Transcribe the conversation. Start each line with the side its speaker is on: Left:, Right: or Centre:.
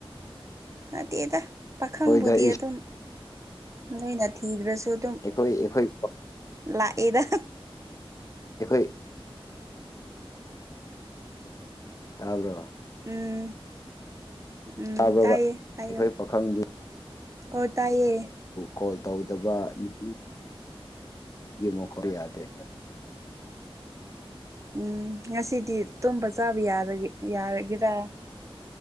Right: ꯅꯠꯇꯦꯗ ꯄꯥꯈꯪꯕꯨꯗꯤ
Left: ꯑꯩꯈꯣꯏꯗ ꯏꯁ
Right: ꯑꯗꯨꯝ ꯅꯣꯏꯅ ꯊꯤꯈ꯭ꯔꯁꯨ ꯑꯗꯨꯝ
Left: ꯑꯩꯈꯣꯏ ꯑꯩꯈꯣꯏ ꯑꯩꯈꯣꯏ
Right: ꯂꯥꯛ ꯑꯦꯗ
Left: ꯑꯈꯣꯏ ꯇꯥꯕ꯭ꯔ‌‌ꫭ
Right: ꯎꯝ ꯎꯝ
Left: ꯇꯥꯕ꯭ꯔꯣ
Right: ꯇꯥꯏꯌꯦ ꯍꯥꯏꯌꯣ
Left: ꯑꯩꯈꯣꯏ ꯄꯥꯈꯪꯗꯤ
Right: ꯍꫭ ꯇꯥꯏꯌꯦ
Left: ꯀꯣꯜ ꯇꯧꯗꯕ ꯅꯨꯄꯤ ꯒꯤ ꯃꯈꫭꯜ ꯌꯥꯗꯦ
Right: ꯎꯝ ꯉꯁꯤꯗꯤ ꯇꯨꯝꯕ ꯆꯥꯕ ꯌꯥꯕꯒꯤ ꯌꯥꯔꯒꯦꯔ